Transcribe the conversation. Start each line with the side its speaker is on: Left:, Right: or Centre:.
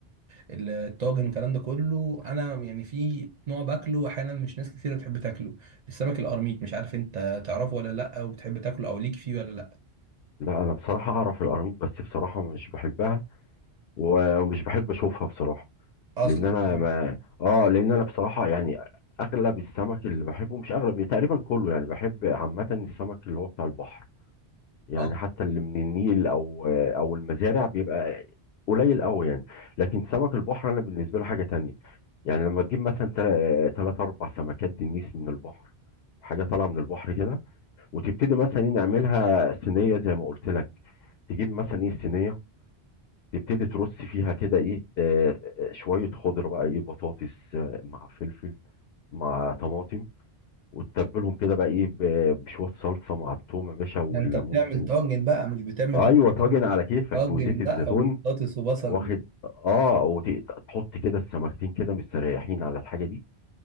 Right: الطاجن الكلام ده كله انا يعني في نوع باكله احيانا مش ناس كتير بتحب تاكله السمك القرميط مش عارف انت تعرفه ولا لا وبتحب تاكله او ليك فيه ولا لا
Left: لا انا بصراحه اعرف القراميط بس بصراحه مش بحبها ومش بحب اشوفها بصراحه
Right: اصلا
Left: لان انا
Right: كمان.
Left: ما اه لان انا بصراحه يعني اغلب السمك اللي بحبه مش اغلب تقريبا كله يعني بحب عامه السمك اللي هو بتاع البحر يعني
Right: اه
Left: حتى اللي من النيل او او المزارع بيبقى قليل قوي يعني لكن سمك البحر انا بالنسبه له حاجه تانية يعني لما تجيب مثلا ثلاث اربع سمكات دنيس من البحر حاجه طالعه من البحر كده وتبتدي مثلا إيه نعملها صينيه زي ما قلت لك تجيب مثلا ايه الصينيه تبتدي ترص فيها كده ايه آه، آه، شويه خضره بقى ايه بطاطس آه، مع فلفل مع طماطم وتتبلهم كده بقى ايه ب- بشويه صلصه مع التوم يا باشا والليمون
Right: ده انت بتعمل طاجن بقى مش بتعمل
Left: ايوه
Right: بس
Left: طاجن على كيفك
Right: طاجن
Left: وزيت الزيتون
Right: بقى وبطاطس وبصل
Left: واخد اه وتحط كده السمكتين كده مستريحين على الحاجه دي